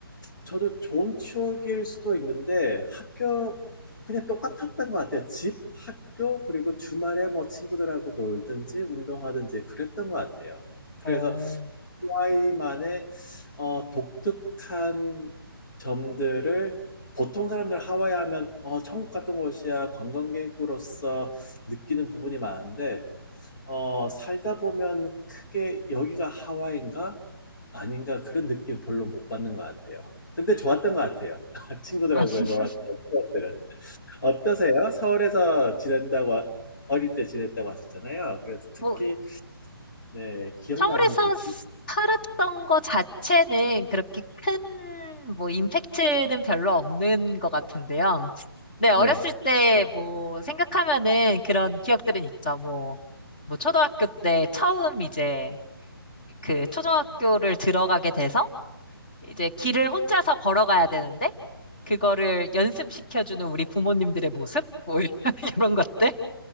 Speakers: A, on the left (about 50°); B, on the left (about 20°).
A: 저도 좋은 추억일 수도 있는데 학교 그냥 똑같았던 것 같아요. 집, 학교, 그리고 주말에 뭐 친구들하고 놀든지 운동하든지 그랬던 것 같아요. 그래서
B: 어,
A: 하와이만의 어, 독특한 점들을 보통 사람들 하와이 하면 어, 천국 같은 곳이야 관광객으로서 느끼는 부분이 많은데 어, 살다 보면 크게 여기가 하와이인가 아닌가 그런 느낌 별로 못 받는 것 같아요. 근데 좋았던 것 같아요. <laughs> 친구들하고
B: <laughs>
A: 놀았던 추억들은. 어떠세요? 서울에서 지낸다고 하- 어릴 때 지냈다고 하셨잖아요. 그래서 특히
B: 뭐
A: 네, 기억나는
B: 서울에서
A: 부분.
B: 스- 살았던 거 자체는 그렇게 큰 뭐 임팩트는 별로 없는 것 같은데요. 네, 어렸을
A: 네.
B: 때 뭐 생각하면은 그런 기억들은 있죠. 뭐, 뭐 초등학교 때 처음 이제 그 초등학교를 들어가게 돼서 이제 길을 혼자서 걸어가야 되는데 그거를 연습시켜주는 우리 부모님들의 모습? 뭐 <laughs> 이런 것들?